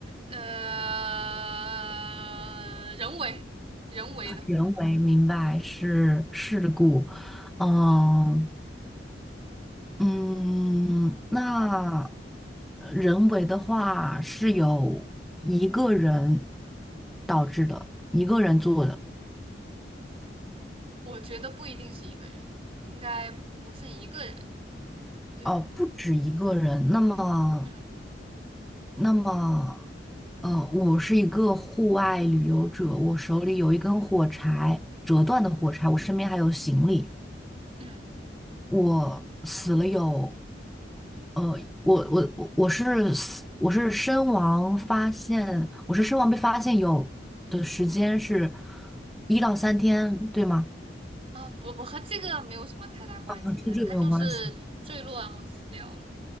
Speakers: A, on the right; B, in the centre.
A: 呃，人为，人为的，
B: 人为明白是事故，嗯
A: 嗯，
B: 嗯，那人为的话是有一个人导致的，一个人做的。
A: 我觉得不一定是一个人，应该不是一个人，对，
B: 哦，不止一个人。那么，
A: 嗯
B: 那么，呃，我是一个户外旅游者，我手里有一根火柴，折断的火柴，我身边还有行李。
A: 嗯，
B: 我死了有，呃，我我我我是死，我是身亡发现，我是身亡被发现有的时间是一到三天，对吗？
A: 啊，不不，和这个没有什么太大关系，
B: 啊，
A: 反正他就是坠落然后死掉了，
B: 这这个没有关系